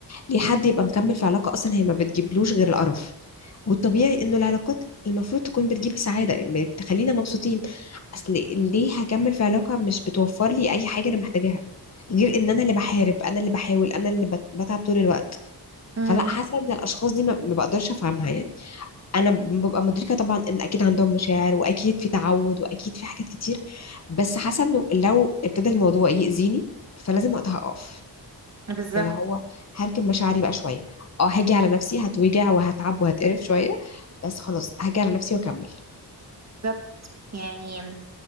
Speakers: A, on the left (about 40°); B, on the right (about 40°).
A: ليه حد يبقى مكمل في علاقة اصلا هي ما بتجيبلوش غير القرف والطبيعي انه العلاقات المفروض تكون بتجيب سعادة يعني بتخلينا مبسوطين اصل ليه هكمل في علاقة مش بتوفر لي اي حاجة انا محتاجاها غير ان انا اللي بحارب انا اللي بحاول انا اللي بت- بتعب طول الوقت
B: مم.
A: فلا حاسه ان الاشخاص دي ما ما بقدرش افهمها يعني انا ببقى مدركه طبعا ان اكيد عندهم مشاعر واكيد في تعود واكيد في حاجات كتير بس حاسه انه لو ابتدى الموضوع يأذيني فلازم وقتها اقف
B: بالظبط
A: اللي هو هركب مشاعري بقى شويه اه هاجي على نفسي هتوجع وهتعب وهتقرف شويه بس خلاص هاجي على نفسي واكمل
B: بالظبط يعني